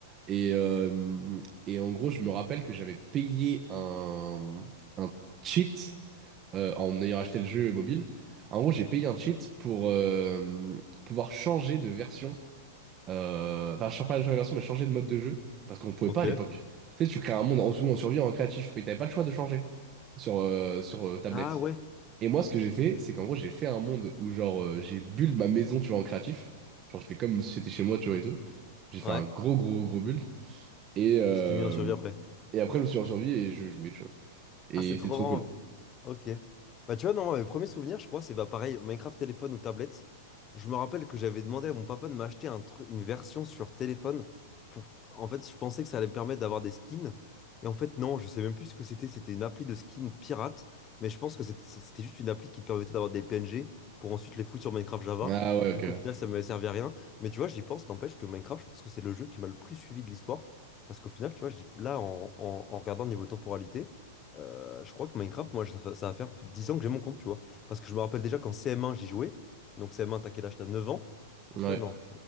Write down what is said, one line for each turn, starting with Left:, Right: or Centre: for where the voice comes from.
Right: Et, euh, et en gros, je me rappelle que j'avais payé un, un cheat euh, en ayant acheté le jeu mobile. En gros, j'ai payé un cheat pour euh, pouvoir changer de version. Euh, Enfin, je ne pas changer de version, mais changer de mode de jeu. Parce qu'on ne pouvait
Left: Ok.
Right: pas à l'époque. Tu sais, tu crées un monde en, en survie, en créatif, mais tu n'avais pas le choix de changer sur, euh, sur euh, tablette.
Left: Ah ouais.
Right: Et moi, ce que j'ai fait, c'est qu'en gros, j'ai fait un monde où, genre, euh, j'ai build ma maison, tu vois, en créatif. Genre, j'ai fait comme si c'était chez moi, tu vois, et tout. J'ai
Left: Ouais.
Right: fait un gros, gros, gros build. Et, euh,
Left: Et je t'ai mis en survie après.
Right: et après, je me suis ressurvi et je jouais, tu vois. Et
Left: Ah, c'est trop
Right: c'était trop
Left: marrant.
Right: cool.
Left: Ok. Bah, tu vois, non, mes premiers souvenirs, je crois, c'est bah, pareil, Minecraft téléphone ou tablette. Je me rappelle que j'avais demandé à mon papa de m'acheter un tru- une version sur téléphone pour. En fait, je pensais que ça allait me permettre d'avoir des skins. Et en fait, non, je sais même plus ce que c'était. C'était une appli de skins pirate. Mais je pense que c'était c'était juste une appli qui te permettait d'avoir des PNG pour ensuite les foutre sur Minecraft Java.
Right: Ah ouais,
Left: Du
Right: ok.
Left: coup, au final, ça m'avait servi à rien. Mais tu vois, j'y pense, n'empêche que Minecraft, je pense que c'est le jeu qui m'a le plus suivi de l'histoire. Parce qu'au final, tu vois, j'y- là, en, en en regardant niveau temporalité. Euh, je crois que Minecraft, moi, ça, fa- ça va faire plus de 10 ans que j'ai mon compte, tu vois. Parce que je me rappelle déjà qu'en CM1, j'y jouais. Donc CM1, t'as quel âge? T'as 9 ans? À peu
Right: Ouais.
Left: près, non.